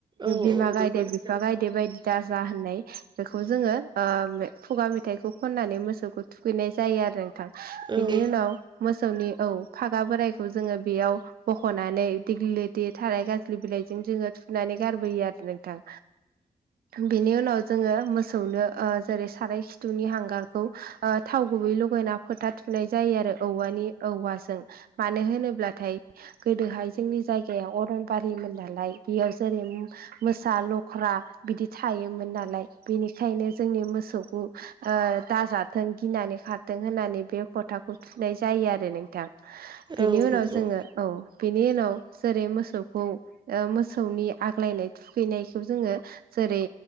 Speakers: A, on the right (about 30°); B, on the right (about 85°).
A: औ
B: बिमा
A: औ
B: गायदे
A: नंगौ नोंथां
B: बिफा गायदे बायदि गारजा होननाय बेखौ जोङो ओ बे खुगा मेथाइखौ खननानै मोसौखौ थुखैनाय जायो आरो नोंथां। बिनि
A: औ
B: उनाव मोसौनि औ फागा बोरायखौ जोङो बेयाव बख'नानै दिग्लिलिथि थाराय गाजलि बिलाइजों जोङो थुनानै गारबोयो आरो नोंथां। बिनि उनाव जोङो मोसौनो ओ जेरै साराय खिथुनि हांगारखौ ओ थाव गुबै लगायना फोथा थुनाय जायो आरो औवानि औवाजों मानो होनोब्लाथाय गोदोहाय जोंनि जायगायाव अरनबारिमोन नालाय बेयाव जेरै मोसा लख्रा बिदि थायोमोन नालाय बेनिखायनो जोंनि मोसौखौ ओ दाजाथों गिनानै खार थों होननानै बे फोथाखौ थुनाय जायो आरो नोंथां बेनि
A: औ
B: उनाव
A: नंगौ
B: जोङो औ बेनि उनाव जेरै मोसौखौ ओ मो सौनि आग्लायनाय थुखैनायखौ जोङो जेरै